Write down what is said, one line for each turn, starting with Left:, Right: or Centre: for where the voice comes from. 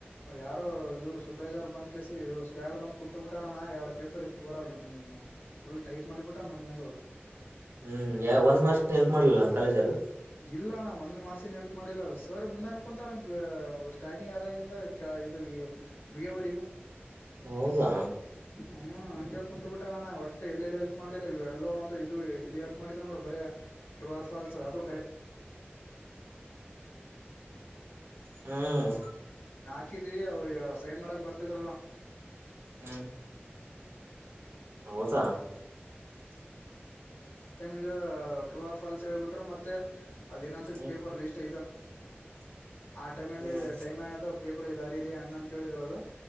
Left: ಯಾರೋ ಇವರು ಸೂಪರ್ವೈಸರ ಸ್ಕ್ವಯಡ್ ಬಂದ್ ಕುಂತಬಿಟ್ಟಣ್ಣ ಎರಡು ಪೇಪರ್ ಪೂರ ಫುಲ್ ಟೈಟ್ ಮಾಡಿಬಿಟ್ಟಣ ನಮಗ್
Right: ಹ್ಮ
Left: ಇಲ್ಲ ಅಣ್ಣ ಒಂದ್ ಮಾರ್ಕ್ಸ್ಗ್ ಹೆಲ್ಪ್ ಮಾಡಿಲ್ಲ ಸರ್ ಮುಂದಾನ ಕುಂತಾನ ಸ್ಟಾರ್ಟಿಂಗ್ ಆದಂಗಂದ ಇದು ಮುಗವರಿಗು
Right: ಹೌದಾ
Left: ಹ್ಮ್ ಹಂಗಗೆ ಕುೂಂತು ಬಿಟ್ಟ ನಣ್ಣ ಒಟ್ಟು ಎಲ್ಲಿೆಲ್ಲಿ ಎಲ್ಪ್ ಮಾಡಿಲ್ಲ ಎಲ್ಲೋ ಒಂದು ಇದು ಇದು ಹೆಲ್ಪ್ ಮಾಡಿದ್ರ ನೋಡು ಬರೇ ಟ್ರೂ ಓರ್ ಫಾಲ್ಸ್ ಅದು
Right: ಹ್ಮ್
Left: <unintelligible> ಹಾಕ್ಕಿದೀ ಅವ್ರ ಸೈನ್ ಮಾಡಕ್ ಬರ್ತಿದ್
Right: ಹ್ಮ್ ಹೌದಾ
Left: ಈಗ ಟ್ರರ್ ಫಾಲ್ಸ್ ಹೇಳ್ಬಿಟ್ರ ಮತ್ತೆ ಅದ ಇನ್ನೊಂದ್ಸರ್ತಿ
Right: ಹ್ಮ್
Left: ಪೇಪರ್ ಲಿಸ್ಟ್ ಆ ಟೈಮ್ಲ್ಲಿ
Right: ಹ್ಮ್
Left: ಟೈಮ್ ಆಯ ಹೆಂಗ ಅಂತ ಹೇಳಿದರು ಅದು